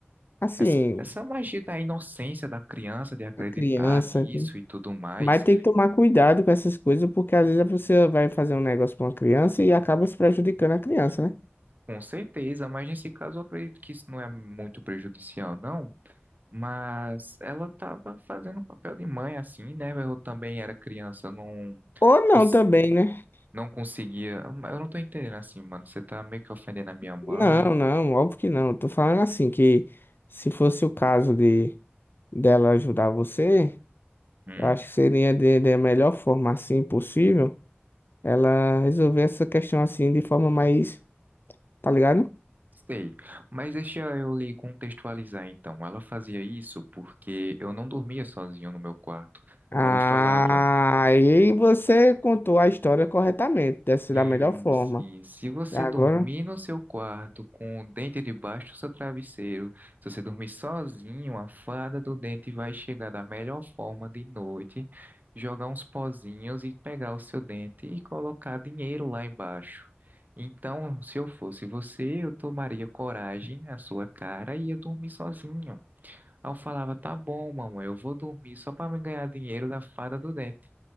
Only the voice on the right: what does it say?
Essa, essa magia da inocência da criança de acreditar
nisso e tudo mais,
com certeza, mas nesse caso eu acredito que isso não é muito prejudicial, não. Mas ela estava fazendo o papel de mãe, assim, né? Eu também era criança, eu não,
cons-
não conseguia. Eu não tô entendendo assim, mano. Você tá meio que ofendendo a minha mãe.
Hum,
sei. Mas deixa eu lhe contextualizar então. Ela fazia isso porque eu não dormia sozinho no meu quarto.
Aí Ela falava.
Sim,
sim. Se você
dormir no seu quarto com o dente debaixo do seu travesseiro, se você dormir sozinho, a fada do dente vai chegar da melhor forma de noite, jogar uns pozinhos e pegar o seu dente e colocar dinheiro lá embaixo. Então, se eu fosse você, eu tomaria coragem à sua cara e ia dormir sozinho. Aí eu falava, tá bom, mamãe, eu vou dormir só para me ganhar dinheiro da fada do dente.